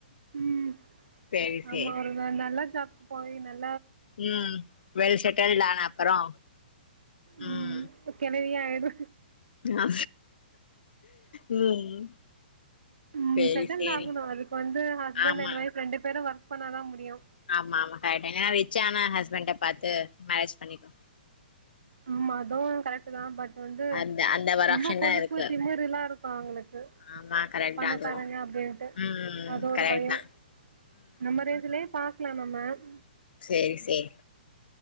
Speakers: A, on the right; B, on the left.
A: ம்
B: சேரி சேரி
A: ஆமா ஒரு ந நல்ல ஜாப் போய் நல்
B: ம் வெல் செட்டில்லா அப்பறோ ம்
A: உம்க்கவே ஆயடு
B: ஆ ம்
A: உம்
B: சேரி
A: செட்டண்ட
B: சேரி
A: ஆகணும் அதுக்கு வந்து ஹஸ்பண்ட்
B: ஆமா
A: அண்ட் ஒய்ஃப் ரெண்டு பேரும் வர பண்ணாதான் முடியும்
B: ஆமா ஆமா கரட்டேன் ஏா ரிச்ச ஆன ஹஸ்பண்ட பார்த்து மேரேஜ் பண்ணிக்கோ
A: ஆமா அதுவும் கரெக்ட் தான் பட் ப்ப வந்து
B: அந்த அந்த ஒரு
A: ரொம்ப
B: ஆப்ஷன்
A: கொழுப்பு
B: தா இருக்கு
A: திமுறுலாம் இருக்கு அவ்ங்களுக்கு
B: ஆமா கரெக்ட்
A: பணக்காரங்க
B: தா அதுவு
A: அப்டின்ட்டு
B: ம்
A: அது ஒரு
B: கரெக்ட்
A: பயம்
B: தா
A: நம்ம ரேஞ்சுலயே பா லாமாமேம்
B: செரி செரி